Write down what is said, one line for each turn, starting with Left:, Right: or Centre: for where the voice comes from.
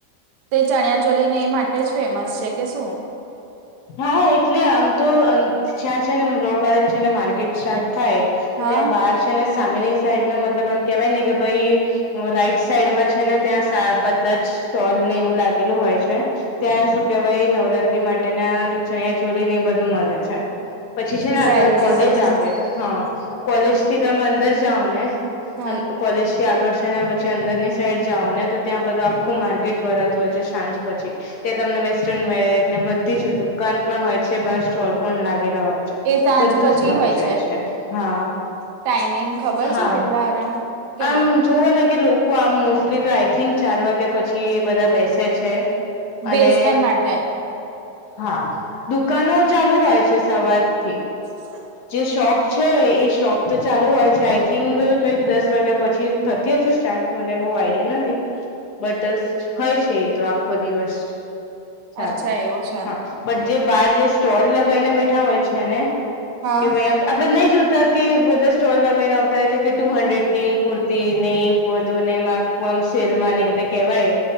Right: તે ચણિયા ચોલી ને એ માટે એ જ ફેમસ છે કે શું
Left: હા એટલે આમ તો ત્યાં છે ને લૉ ગાર્ડન છે ને માર્કેટ સ્ટાર્ટ થાય તો
Right: હા
Left: ત્યાં બહાર છે ને સામેની સાઈડ ના મતલબ એમ કેવાય ને કે ભઈ રાઈટ સાઈડમાં છે ને ત્યાં બધા જ સ્ટોલ ને એવું લાગેલું હોય છે ત્યાં શું કેવાય નવરાત્રી માટે ના ચણિયા ચોલી ને એ બધું મળે છે પછી છે
Right: જ્વેલરી
Left: ને આગળ કોલેજ
Right: બધું
Left: આવે હા કોલેજ થી તમે અંદર જાઓ ને
Right: હા
Left: <inaudible> કોલેજથી આવે ગડશે પછી અંદર ની સાઈડ જાઓ ને તો ત્યાં બધું આખું માર્કેટ ભરાતું હોય છે સાંજ પછી ત્યાં તમને વેસ્ટર્નવિયર ને બધી જ દુકાન પણ હોય છે બાર સ્ટોલ પણ લાગેલા હોય
Right: એ સાંજ
Left: બધું
Right: પછી
Left: જ મળી
Right: હોય
Left: જાય છે હા
Right: ટાઈમિંગ ખબર
Left: હા
Right: છે કેટલા અરાઉન્ડ કેટલા
Left: આમ જોવા ને કે લોકો આમ મોસ્ટલી તો આઈ થિંક ચાર વાગ્યા પછી એ બધા બેસે છે
Right: <inaudible>
Left: અને
Right: માટે
Left: હા દુકાનો ચાલુ હોય છે સવારથી
Right: <unintelligible>
Left: જે શોપ છે એ શોપ તો ચાલુ હોય છે આઈ થિંક કંઈક દસ વાગ્યા પછી થતી હશે સ્ટાર્ટ મને બહ આઈડિયા નથી બટ હોય છે એ તો આખ બ દિવસ્ત સારું
Right: અચ્છા એવું છે
Left: હા બટ જે બાર જે સ્ટોલ લગાવને બેઠા હોય છે ને
Right: હા
Left: કે ભાઈ એમ આપડણે નહી જોતા કે બધા સ્ટોલ લગાવને આવતા હો છે કે ટુ હંડ્રેડ ની કુર્તી નહ વધુ ને એ કોમ સેલમાં ને કહેવાય